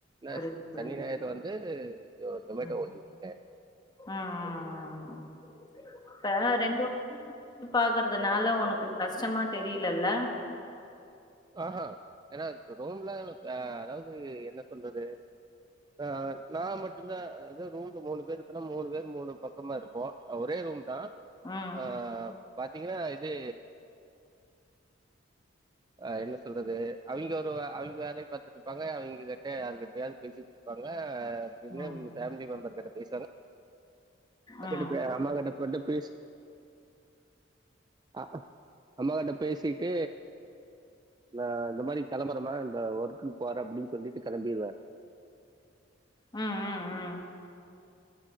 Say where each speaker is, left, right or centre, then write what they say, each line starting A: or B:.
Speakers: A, on the right; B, on the left.
A: ந
B: புரியுது புரியுது
A: சனி ஞாயிறு வந்து ஓ ஜொமேட்டோ
B: ம்
A: ஒட்டிட்ருக்கே
B: ம் ம், ம். இப்ப ரெண்டு <inaudible> பாக்குறதுனால ஒனக்கு கஷ் ச்சமா தெரியிலல்ல
A: ஆஹா என்ன ரூம்ல ஆ அதாவ்து என்ன சொல்றது ஆ நா மட்டு்ந்தா அதாது ரூம்ல மூணு பேருக்கொன்னா மூணு பேர் மூணு பக்கமா இருப்போ ஒரே ரூம் தா
B: ம்
A: ஆ பாத்தீங்கனா இது அ என்ன சொல்றது அவிங்க ஒ ரு அவிங்க வேலய பாத்துட்ருப்பாங்க அவிங்க கிட்ட யாரு கிட்டயாது பேசிட்ருப்பாங்க ஆ அப்டின்னு
B: ம்
A: உங்க ஃபேமிலி மெம்பர் கிட்ட பேசுவாங்க <unintelligible>
B: ம்
A: அம்மா கிட்ட வந்த பேசு அ அம்மா கிட்ட பேசிட்டு நா இந்த மாரி கெளம்புறம்மா இந்த ஒர்குக்கு போறே அப்டின் சொல்லிட்டு கெளம்பிருவே
B: ம் ம் ம்